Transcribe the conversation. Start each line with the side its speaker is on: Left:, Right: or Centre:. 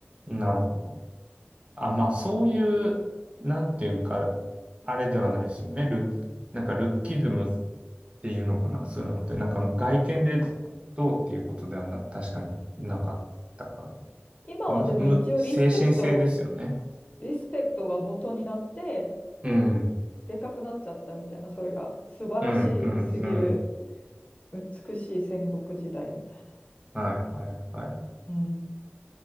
Right: い、なるほど。あ、まあそういう、なんていうか、あれではないですよね。ルッ、なんかルッキズムっていうのかな、そういうのって、なんか外見でどうっていうことではな、確かになかったから。
Left: 今はでも一応リスペクト
Right: も、む、精神性ですよね。
Left: リスペクトが元になって
Right: うん。
Left: でかくなっちゃったみたいなそれが素晴らしすぎる
Right: うん、うん、うん。
Left: 美しい戦国時代みたいな、
Right: はい、はい、はい。
Left: うん、